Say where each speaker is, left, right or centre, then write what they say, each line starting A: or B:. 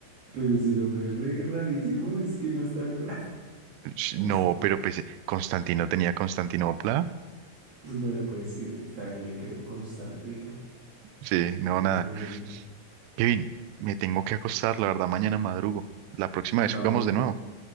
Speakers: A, on the right (about 55°); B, on the right (about 80°).
A: Pero ese nombre es re rarísimo, es que no es tan co- <laughs>
B: Sh-
A: constante.
B: No, pero pues Constantino tenía Constantinopla.
A: Bueno, pues sí, está bien, le creo Constantino.
B: Sí, no,
A: Bueno,
B: nada.
A: bueno.
B: Kevin, me tengo que acostar, la verdad, mañana madrugo. La próxima
A: No,
B: vez jugamos
A: ya,
B: de nuevo.